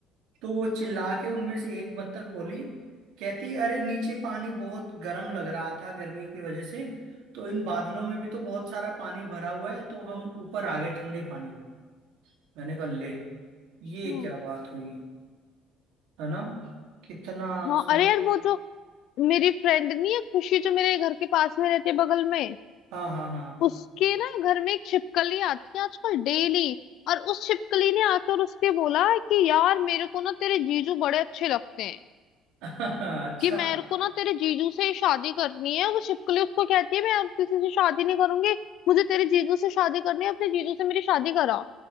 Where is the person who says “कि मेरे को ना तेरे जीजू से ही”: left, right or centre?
Left